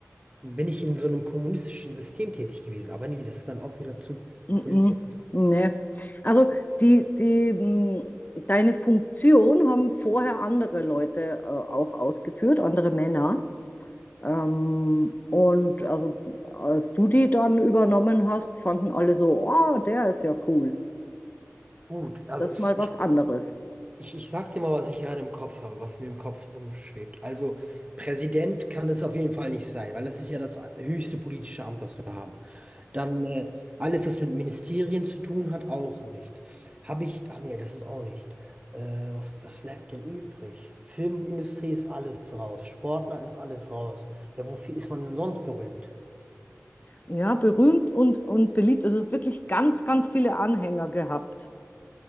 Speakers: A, on the right; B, on the left.
A: bin ich in so einem kommunistischen System tätig gewesen. Aber nee, das ist dann auch wieder zu
B: mm,
A: politisch.
B: mm, ne. Also die, die, mm, deine Funktion haben vorher andere Leute äh, auch ausgeführt, andere Männer. Ähm, und also, als du die dann übernommen hast, fanden alle so, oh, der ist ja cool.
A: Gut, also
B: Das
A: es,
B: ist mal was
A: ich,
B: anderes.
A: ich, ich sag dir mal, was ich gerade im Kopf habe, was mir im Kopf rumschwebt. Also Präsident kann es auf jeden Fall nicht sein, weil das ist ja das höchste politische Amt, was wir haben. Dann äh, alles, was mit Ministerien zu tun hat, auch nicht. Habe ich, ach nee, das ist auch nicht. Äh, was, was bleibt denn übrig? Filmindustrie ist alles raus, Sportler ist alles raus. Ja, wofür ist man denn sonst berühmt?
B: Ja, berühmt und, und beliebt. Also es hat wirklich ganz, ganz viele Anhänger gehabt.